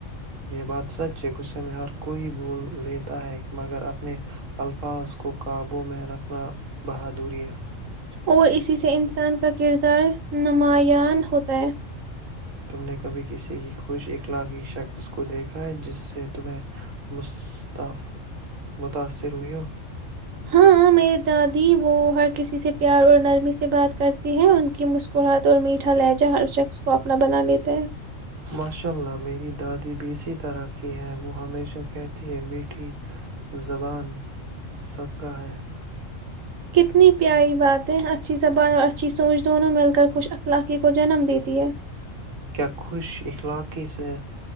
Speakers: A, on the right (about 75°); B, on the right (about 80°).
A: یہ بات سچ ہے غصے میں ہر کوئی بھول لیتا ہے مگر اپنے الفاظ کو قابومیں رکھنا بہادری ہے
B: اور اسی سے انسان کا کردار نمایان ہوتا ہے
A: تم نے کبھی کسی کی خوش اخلاقی شخص کو دیکھا ہے جس سے تمہیں مستا متاثر ہوئی ہو
B: ہاں میں دادی وہ ہر کسی سے پیار اور نرمی سے بات کرتی ہے ان کی مسکراہٹ اور میٹھا لہجہ ہر شخص کو اپنا بنا لیتا ہے
A: ماشاء اللہ میری دادی بھی اسی طرح کی ہے وہ ہمیشہ کہ یہ میٹھی زبان صدقہ ہے
B: کتنی پیاری باتیں اچھی زبان اور اچھی سوچ دونوں مل کر خوش اخلاقی کو جنم دیتی ہیں
A: کیا خوش اخلاقی سے